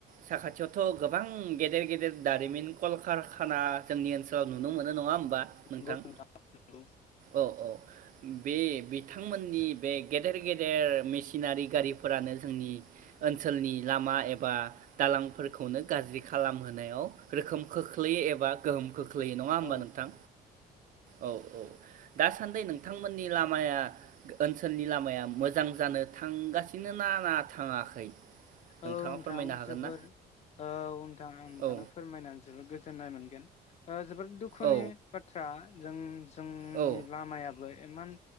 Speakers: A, on the right (about 50°); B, on the left (about 40°).
A: साखाथियावथ' गोबां गेदेर गेदेर दारिमिन कलकारखाना जोंनि ओनसोलाव नुनो मोनो नङा होमबा बा नोंथां
B: नंगौ नंगौ
A: औ औ बे बिथांमोननि बे गेदेर गेदेर मेसिनारि गारिफोरानो जोंनि ओनसोलनि लामा एबा दालांफोरखौनो गाज्रि खालामहोनायाव रोखोम खोख्लैयो एबा गोहोम खो ख्लैयो नङा होमबा
B: औ
A: नोंथां
B: औ
A: औ औ दासान्दि नोंथांमोननि लामाया ओनसोलनि लामाया मोजां जानो थांगासिनो न ना थाङाखै नोंथाङा
B: औ नोंथां
A: फोरमायनो हागोन
B: जोबोर
A: ना
B: औ नोंथां आं नोंथांनो
A: औ
B: फोरमायनानै जोबोर गोजोन जोन्नाय मोनगोन जोबोद दुखुनि
A: औ
B: बाथ्रा जों जोंनि
A: औ
B: लामायाबो इमान